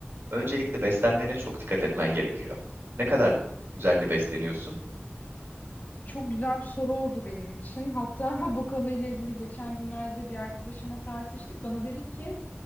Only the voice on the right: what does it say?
Öncelikle beslenmene çok dikkat etmen gerekiyor. Ne kadar düzenli besleniyorsun?